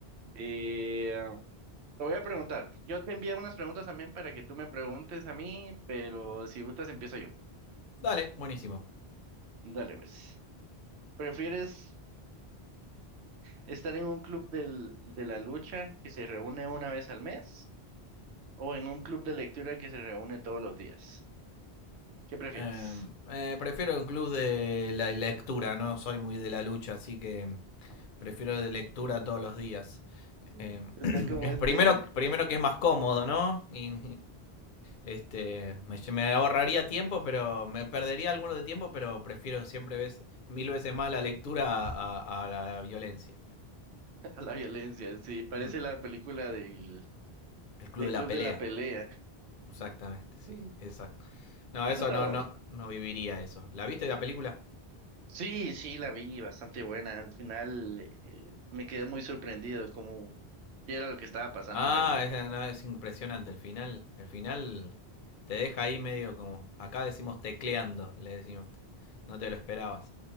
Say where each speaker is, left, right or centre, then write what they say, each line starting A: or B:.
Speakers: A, on the right (about 85°); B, on the left (about 55°).
A: Eh, te voy a preguntar. Yo te envié unas preguntas también para que tú me preguntes a mí, pero si gustas empiezo yo.
B: Dale, buenísimo.
A: Dale, pues. ¿Prefieres estar en un club del- de la lucha que se reúne una vez al mes? o en un club de lectura que se reúne todos los días. ¿Qué prefieres?
B: Eh, eh, prefiero un club de la lectura, no soy muy de la lucha, así que prefiero de lectura todos los días.
A: Mm.
B: Eh,
A: Está
B: <clears throat>
A: como este
B: primero, primero que es más cómodo, ¿no? y Este, me, me ahorraría tiempo, pero me perdería alguno de tiempo, pero prefiero siempre ves- mil veces más la lectura a, a- a la violencia.
A: <laughs> a la violencia, sí, parece
B: Mm.
A: la película del,
B: El club
A: del
B: de
A: Club
B: la pelea,
A: de la Pelea.
B: exactamente, sí,
A: Mm.
B: exacto. No,
A: Eso
B: eso
A: estaba
B: no, no,
A: bien.
B: no viviría eso. ¿La viste la película?
A: Sí, sí, la vi, bastante buena. Al final eh, me quedé muy sorprendido como qué era lo que estaba pasando
B: Ah,
A: en realidad.
B: es, no, es impresionante el final. El final te deja ahí medio como, acá decimos tecleando, le decimos. No te lo esperabas,